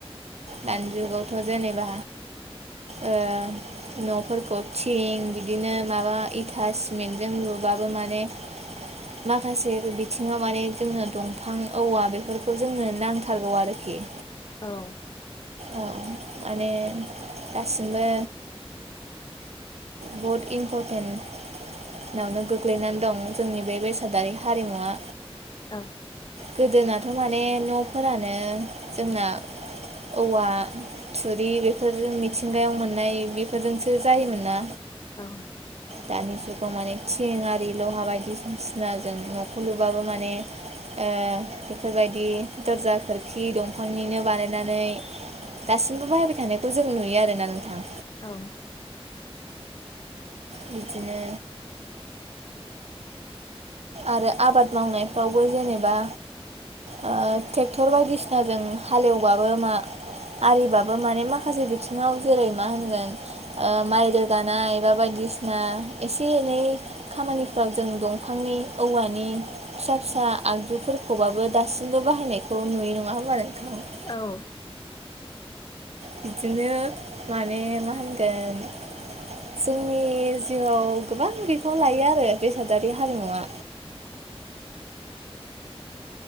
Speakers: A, on the right; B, on the left.
A: दानि जुगावथ' जेनेबा ओ न'फोरखौ थिं बिदिनो माबा इथा सिमेन्टजों लुबाबो माने माखासे बिथिङाव माने जोंनो दंफां औवा बेफोरखौ जोंनो नांथारगौ आरोखि
B: औ
A: औ माने दासिमबो बहुद इम्पर्टेन्ट नावनो गोग्लैनानै दं जोंनि बे बेसादारि हारिमुवा
B: औ
A: गोदोनाथ' माने न'फोरानो जोंना औवा थुरि बेफोरजों मिथिंगायाव मोननाय बेफोरजोंसो जायोमोन ना
B: औ
A: दानि जुगाव माने थिं आरि लहा बायदिसिसिना जों न'खौ लुबाबो माने बेफोरबायदि दरजा खोरखि दंफांनिनो बानायनानैनो दासिमबो बाहायबाय थानायखौ जों नुयो आरोना नोंथां।
B: औ।
A: बिदिनो आरो आबाद मावनायफ्रावबो जेनेबा ओ ट्रेक्टर बायदिसिनाजों हालेवबाबो मावो आरिबाबो माने माखासे बिथिंङाव जेरै मा होनगोन। माइ रोगानाय बा बायदिसिना एसे एनै खामानिफ्राव जों दंफांनि औवानि फिसा फिसा आगजुफोरखौबाबो ओ दासिमबो बाहायनायखौ नुयो नंङा होनोमोनबा नोंथां।
B: औ।
A: बिदिनो माने मा होनगोन। जोंनि जिउआव गोबां बिफां लायो आरो बेसादारि हारिमुवा